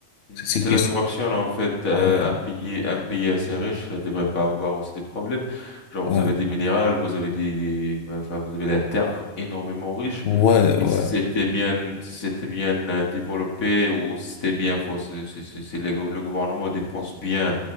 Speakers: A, on the left; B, on the left.
A: Mm.
B: c'est ce
A: C'est
B: qui
A: la
B: est sur-
A: corruption, en fait. Euh,
B: ouais,
A: un pays, un pays assez riche ne devrait pas avoir aussi des problèmes. Genre,
B: ouais.
A: vous avez des minérales, vous avez des, des- enfin, vous avez la terre énormément riche.
B: Ouais,
A: Et
B: ouais.
A: si c'était bien, si c'était bien euh, développé ou si c'était bien faux. C'est, c'est- c'est- c'est le, le gouvernement dépense bien